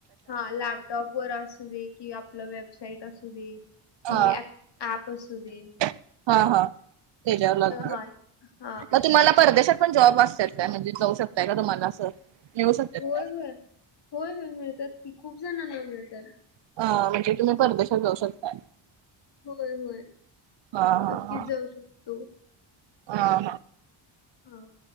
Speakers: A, on the left; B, on the right.
A: हा लॅपटॉप. वर असू दे कि आपलं वेबसाईट असू दे कि
B: हा
A: ऍप असूदे.
B: हा हा त्याच्यावरग
A: हा हा
B: मग तुम्हाला परदेशात. पण जॉब असतात काय म्हणजे जाऊ शकताय का तुम्हाला असं. मिळू शकतात
A: होय
B: काय?
A: होय होय होय मिळतात की खूप जणांना मिळत.
B: अ म्हणजे तुम्ही परदेशात जाऊ शकता.
A: होय होय
B: हा हा
A: नक्कीच जाऊ शकतो.
B: हा हा.
A: हो.